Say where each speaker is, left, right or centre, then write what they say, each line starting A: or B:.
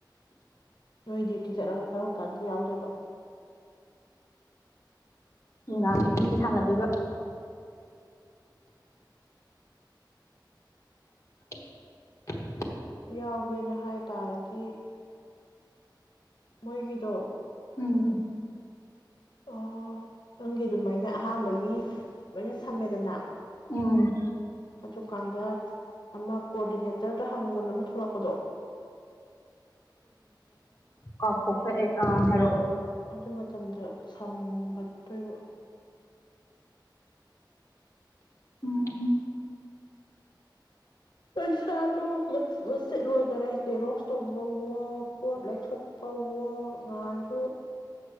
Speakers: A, on the left (about 65°); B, on the left (about 35°).
A: ꯅꯣꯏ ꯗ꯭ꯌꯨꯇꯤ ꯆꯠꯂꯒ ꯀꯔꯝ ꯀꯥꯟꯗ ꯌꯥꯎꯗꯣꯏꯕ꯫
B: ꯅꯨꯡꯗꯥꯡ ꯑꯍꯤꯡꯗ ꯁꯥꯟꯅꯗꯣꯏꯕ <inaudible>
A: ꯌꯥꯎꯒꯦꯅ ꯍꯥꯏ ꯇꯥꯔꯗꯤ ꯃꯣꯏꯒꯤꯗꯣ
B: ꯎꯝ
A: ꯑꯣ ꯅꯪꯒꯤ ꯑꯗꯨꯃꯥꯏꯅ ꯑꯍꯥꯟꯕꯗ ꯌꯦ ꯂꯣꯏꯅ ꯁꯝꯃꯦꯗꯅ
B: ꯎꯝ
A: ꯑꯗꯨꯀꯥꯟꯗ ꯑꯃ ꯀꯣꯑꯣꯔꯗꯤꯅꯦꯠ ꯇꯔꯗ ꯍꯪꯒꯨꯣꯟ ꯑꯃ ꯊꯣꯛꯂꯛꯄꯗꯣ
B: ꯇ ꯀꯈ ꯑ ꯍꯥꯏꯔꯣ
A: ꯑꯗꯨ ꯃꯇꯝꯗ ꯁꯝꯒꯗꯣꯏꯕ
B: ꯎꯝ
A: ꯄꯩꯁꯥꯗꯨꯣ ꯃꯆꯦꯠ ꯂꯣꯏꯈꯔꯦ ꯦꯔꯣꯛꯁ ꯇꯧꯕꯋꯣ ꯄꯣꯠ ꯂꯩꯊꯣꯛꯄꯋꯣ ꯉꯉꯥꯡꯁꯨ